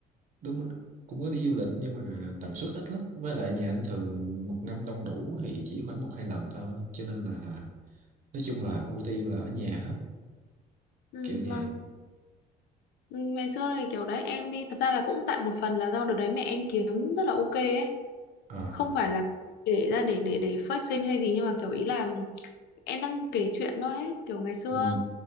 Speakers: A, on the right; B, on the left.
A: đúng ạ. cũng có đi du lịch nhưng mà tần suất ít lắm với lại nhà anh thường một năm đông đủ thì chỉ khoảng một hai lần thôi cho nên là nói chung là ưu tiên là ở nhà hết
B: Ừ,
A: kiểu vậy
B: vâng. Ừ, Ngày xưa thì kiểu đấy em đi thật ra là cũng tại một phần là do đợt đấy mẹ em kiếm rất là ok ấy
A: à
B: không phải là kể ra để để để fake sinh hay gì nhưng mà kiểu ý là em đang kể chuyện thôi ấy kiểu ngày xưa
A: ừ